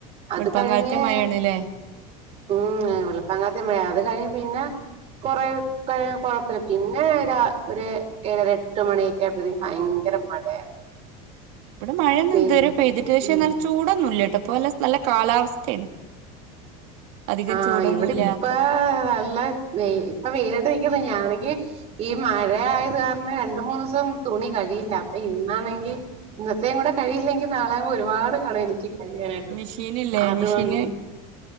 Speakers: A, on the right; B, on the right.
A: അത്
B: വെളുപ്പാൻ
A: കഴിഞ്ഞ്
B: കാലത്തെ മഴയാണ്ല്ലേ
A: ഉം വെളുപ്പാംകാലത്തു മഴ അത് കഴിഞ്ഞ് പിന്നെ കൊറെ കഴിഞ്ഞു കൊഴപ്പില്ല. പിന്നെ ഒരു ഏഴര എട്ട് മണിയൊക്കെ ആയപ്പോഴത്തേക്ക് ഭയങ്കര മഴയായിരുന്നു.
B: ഇവിടെ മഴയൊന്നും
A: പിന്നെ
B: ഇതുവരെ പെയ്തിട്ടില്ല. പക്ഷെ
A: ഉം
B: നല്ല ചൂടൊന്നും ഇല്ല. <unintelligible> നല്ല കാലാവസ്ഥയാണ്. അധികം
A: ആ
B: ചൂടൊന്നും
A: ഇവിടിപ്പോ
B: ഇല്ലാത്ത
A: നല്ല ഇപ്പൊ വെയിലത്ത് നിൽക്കുന്നു ഞാന് ഈ മഴയായത് കാരണം രണ്ട് മൂന്ന് ദിവസം തുണി കഴികിയില്ല. അപ്പൊ ഇന്നാണെങ്കി ഇന്നത്തെയും കൂടെ കഴികിയില്ലെങ്കിൽ നാളെ ആകുമ്പോ ഒരുപാട് കാണും എനിക്ക്. അങ്ങനാട്ട്.
B: മെഷീനില്ലേ
A: അതുകൊണ്ട്
B: മെഷീന്